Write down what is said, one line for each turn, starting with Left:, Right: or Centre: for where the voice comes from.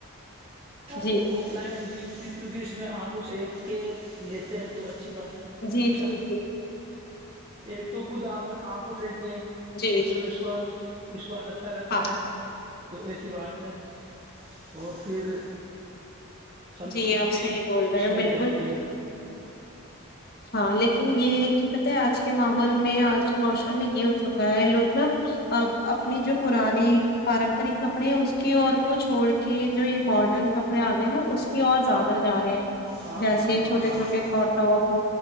Right: ہاں
Left: جی
Right: تو آف لائن بھی کیونکہ اس میں آنکھوں سے کے لیتے ہیں تو اچا اچھی بات ہے
Left: جی
Right: اچھا
Left: جی جی
Right: ایک تو خود اپ آنکوش ہے کہ
Left: جی
Right: اس
Left: جی
Right: میں وشواس اسساال اچھا رہتا
Left: ہاں
Right: ہے تو ایسی بات ہے اور پھر سنتوشٹی
Left: جی آپ صحیح بول
Right: اس
Left: رہے ہیں
Right: میں
Left: بالکل
Right: رہتی ہے
Left: ہاں لیکن یہ ہے کہ پت ہے آج کے ماحول میں آج کے معاشرے میں یہ ہو چکا ہے لوگ نا اپنی جو پرانی پارمپرک کپڑے ہیں اس کی اور کو چھوڑ کے جو یہ ماڈرن کپڑے آ گئے ہیںا اس کی اور زیادہ جا رہے ہیں
Right: ہاں
Left: جیسے
Right: ہاں ہاں
Left: چھوٹے
Right: ہاں
Left: چھوٹے
Right: ہاں
Left: کٹاپ